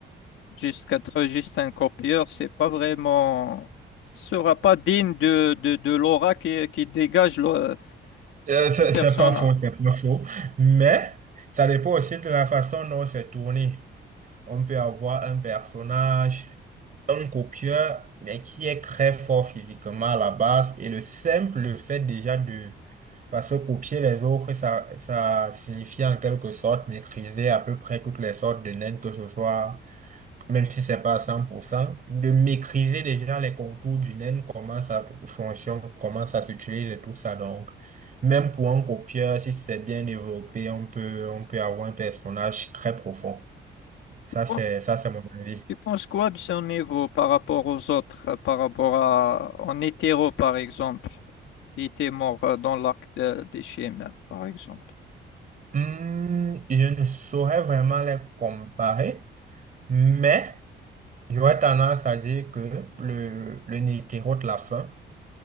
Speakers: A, on the left (about 80°); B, on the right (about 40°).
A: Jusqu'à être juste un copieur, c'est pas vraiment, sera pas digne de, de, de l'aura qui, qui dégage le,
B: Euh, c'est
A: le personnage.
B: c'est pas faux, c'est pas faux. Mais ça dépend aussi de la façon dont c'est tourné. On peut avoir un personnage, un copieur, mais qui est très fort physiquement à la base. Et le simple fait déjà de... Parce que copier les autres, ça, ça signifie en quelque sorte maîtriser à peu près toutes les sortes de naines, que ce soit même si c'est pas à 100%, de maîtriser déjà les contours du naine, comment ça fonctionne, comment ça s'utilise et tout ça. Donc, même pour un copieur, si c'est bien développé, on peut, on peut avoir un personnage très profond. Ça, c'est,
A: Bon,
B: ça, c'est mon avis.
A: Tu penses quoi de son niveau par rapport aux autres, euh, par rapport à en hétéro, par exemple, qui était mort euh, dans l'arc de- des Chimères, par exemple?
B: Hmm, je ne saurais vraiment les comparer, mais j'aurais tendance à dire que le, le Netero de la fin